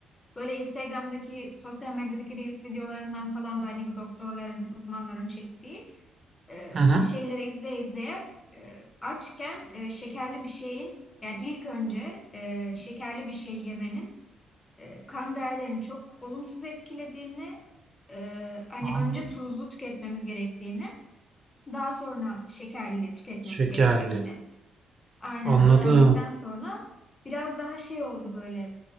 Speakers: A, on the left; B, on the right.
A: Böyle Instagram'daki sosyal medyadaki Reels videolarından falan da hani bu doktorların, uzmanların çektiği e,
B: Hı hı.
A: şeyleri izleye izleye e, açken e, şekerli bir şeyin yani ilk önce e, şekerli bir şey yemenin e, kan değerlerini çok olumsuz etkilediğini, e, hani
B: Anladım.
A: önce tuzlu tüketmemiz gerektiğini, daha sonra şekerli tüketmemiz
B: Şekerli.
A: gerektiğini aynen
B: Anladım.
A: öğrendikten sonra biraz daha şey oldu böyle